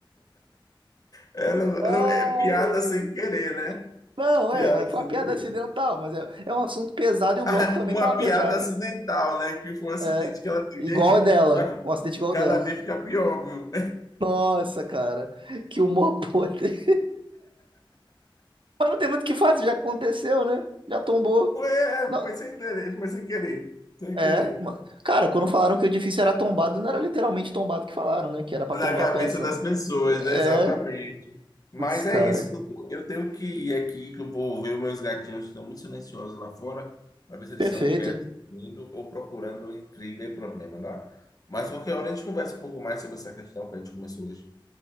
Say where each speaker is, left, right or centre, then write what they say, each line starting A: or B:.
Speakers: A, on the left; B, on the right.
A: ela,
B: <laughs> Ai,
A: não, é piada
B: meu
A: sem
B: Deus.
A: querer, né?
B: Não,
A: Piada
B: é, foi
A: sem
B: uma piada
A: querer.
B: acidental, mas é, é um assunto pesado e o
A: <laughs>
B: bloco também
A: Uma
B: tava pesado.
A: piada acidental, né? Que foi um acidente
B: É,
A: que ela teve.
B: igual
A: Gente,
B: a dela. Um acidente igual
A: cada
B: a dela.
A: vez fica pior, viu?
B: Nossa, cara. Que humor <laughs> podre. Mas não tem muito o que fazer, já aconteceu, né? Já tombou.
A: Foi, é,
B: Não,
A: foi sem querer, foi sem querer, sem
B: é.
A: querer.
B: ma- Cara, quando falaram que o edifício era tombado, não era literalmente tombado que falaram, né? Que era pra
A: Na
B: tombar
A: cabeça
B: a peça,
A: das
B: né?
A: pessoas,
B: É.
A: né? Exatamente. Mas
B: Putz, cara.
A: é isso, doutor. Eu tenho que ir aqui, que eu vou ver os meus gatinhos que estão muito silenciosos lá fora, para ver se eles
B: Perfeito.
A: estão quietos, dormindo ou procurando intriga e problema, tá? Mas qualquer hora a gente conversa um pouco mais sobre essa questão que a gente começou hoje.